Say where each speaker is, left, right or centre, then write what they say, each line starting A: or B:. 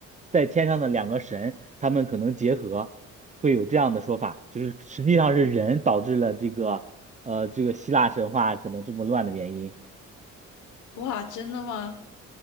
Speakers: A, on the right; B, on the left.
A: 在天上的两个神，他们可能结合，会有这样的说法，就是实际上是人导致了这个呃这个希腊神话可能这么乱的原因。
B: 哇，真的吗？